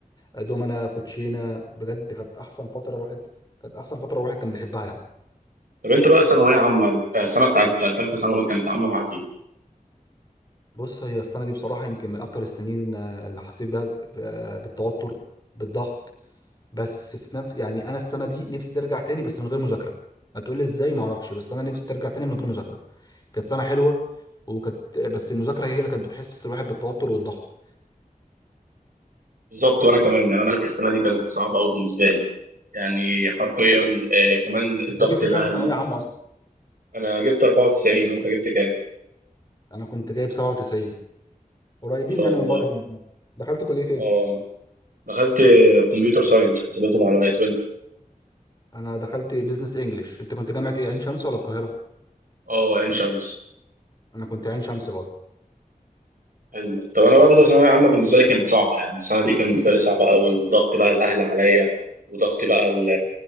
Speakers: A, on the left; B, on the right.
A: آه، دومنا كوتشينه بجد كانت احسن فتره الواحد كانت احسن فتره الواحد كان بيحبها يعني
B: طب أنت بقى ثانوية عامة آه، السنة بتاعت تالتة ثانوي كانت عاملة معاك إيه؟
A: بص هي السنه دي بصراحه يمكن من اكتر السنين آه، اللي حسيت بيها ب- آه، بالتوتر بالضغط بس في نفس يعني انا السنه دي نفسي ترجع تاني بس من غير مذاكره هتقول لي ازاي ما اعرفش بس انا نفسي ترجع تاني من غير مذاكره كانت سنه حلوه وكانت بس المذاكره هي اللي كانت بتحسس الواحد بالتوتر والضغط
B: بالظبط وأنا كمان يعني أنا لك السنة دي كانت صعبة أوي بالنسبة لي يعني حرفيا آه، كمان
A: انت
B: الضغط
A: جبت
B: الأهل
A: كام في ثانويه عامه اصلا
B: أنا جبت 94 وأنت جبت كام؟
A: انا كنت جايب 97 قريبين
B: ما شاء
A: يعني من
B: الله
A: بعض في المجموع دخلت كليه ايه
B: أه دخلت كمبيوتر ساينس حاسبات ومعلومات وأنت؟
A: انا دخلت بيزنس انجلش انت كنت جامعه ايه عين شمس ولا القاهره
B: أه عين شمس
A: انا كنت عين شمس برضه
B: حلو طب انا برضه ثانويه عامه بالنسبه لي كانت صعبه يعني السنه دي كانت بالنسبه لي صعبه قوي وضغط بقى الاهل عليا وضغط بقى ال-